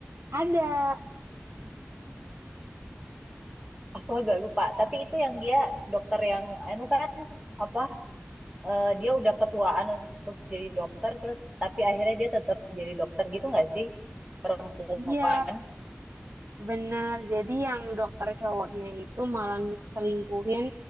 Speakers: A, on the right; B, on the right.
A: Ada.
B: aku agak lupa tapi itu yang dia dokter yang anu kan apa eh, dia udah ketuaan untuk jadi dokter terus tapi akhirnya dia tetap jadi dokter gitu nggak sih perempuan
A: Iya. Benar, jadi yang dokter cowoknya itu malah selingkuhin